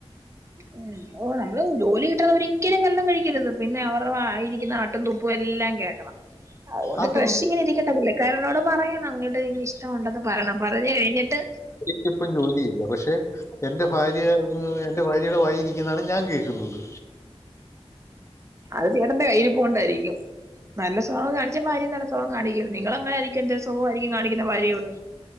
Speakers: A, on the right (about 25°); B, on the left (about 25°).
A: ഉം ഓ നമ്മള് ജോലി കിട്ടാത ഒരിക്കലും കല്യാണം കഴിക്കരുത് പിന്നെ അവരുടെ വായിരിക്കുന്ന ആട്ടും തുപ്പും എല്ലാം കേക്കണം. അതുകൊണ്ട്
B: അതൊന്നും
A: ക്രഷ് ഇങ്ങനെ ഇരിക്കട്ടെ പുള്ളിക്കാരനോട് പറയാം അങ്ങയോട് ഇഷ്ടവൊണ്ടെന്ന് പറയണം പറഞ്ഞ് കഴിഞ്ഞിട്ട്
B: <unintelligible> ഇപ്പം ജോലിയില്ല പക്ഷെ എന്റെ ഭാര്യ മ്മ് എന്റെ ഭാര്യയുടെ വായി ഇരിക്കുന്നാണ് ഞാൻ കേക്കുന്നത്
A: അത് ചേട്ടന്റെ കയ്യിരിപ്പ് കൊണ്ടായിരിക്കും നല്ല സൊഭാവം കാണിച്ചാ ഭാര്യയും നല്ല സൊഭാവം കാണിക്കും നിങ്ങളൾ അങ്ങനെ ആരിക്കും എന്ത് സോഭം ആയിരിക്കും കാണിക്കുന്ന ഭാര്യയോട്.